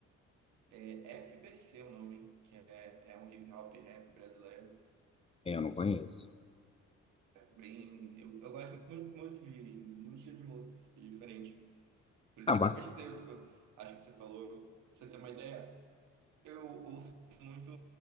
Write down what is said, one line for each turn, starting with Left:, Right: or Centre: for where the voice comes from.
Right: é FBC o nome, que é, é um hip hop rap brasileiro.
Left: É, eu não conheço.
Right: Bem, eu, eu gosto muito, muito de muito estilo de música assim, diferente. Por isso
Left: Ah,
Right: que eu
Left: bacana.
Right: até pesquisei, tipo, acho que você falou, pra você ter uma ideia. Eu ouço muito